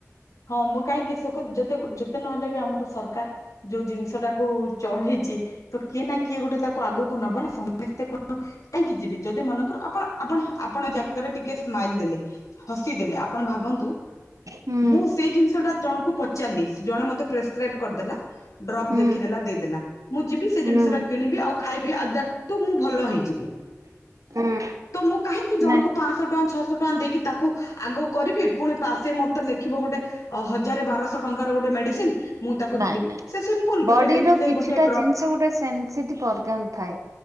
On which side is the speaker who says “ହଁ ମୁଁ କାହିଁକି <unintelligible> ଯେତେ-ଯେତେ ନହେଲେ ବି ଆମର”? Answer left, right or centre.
Left